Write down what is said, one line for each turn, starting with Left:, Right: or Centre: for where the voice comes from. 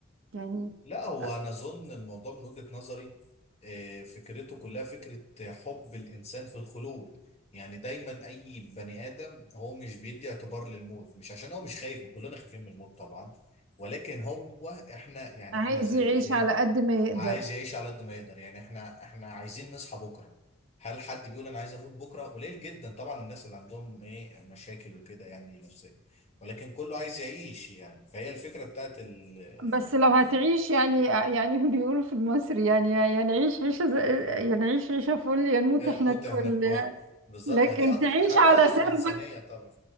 Right: يعني
Left: لا هو
Right: آه،
Left: انا اظن الموضوع من وجهة نظري آه، فكرته كلها فكرة حب الانسان في الخلود يعني دايما اي بني ادم هو مش بيدي اعتبار للموت مش عشان هو مش خايف كلنا خايفين من الموت طبعا ولكن هو احنا يعني
Right: عايز
Left: احنا زي
Right: يعيش
Left: ايه
Right: على قد ما يقدر
Left: عايز يعيش على قد ما يقدر يعني احنا احنا عايزين نصحى بكرة هل حد بيقول انا عايز اموت بكرة قليل جدا طبعا الناس اللي عندهم ايه مشاكل وكده يعني نفسية ولكن كله عايز يعيش يعني فهي الفكرة بتاعت ال
Right: بس لو هتعيش يعني يعني <laughs> بيقولوا في مصر يعني يعني نعيش عيشة زي- يعني نعيش عيشة فل يا نموت
Left: يا
Right: احنا
Left: موت
Right: الكل
Left: احنا الكل بالظبط
Right: لكن
Left: هي دي اكتر
Right: تعيش
Left: حاجه
Right: على سرب
Left: انسانيه طبعا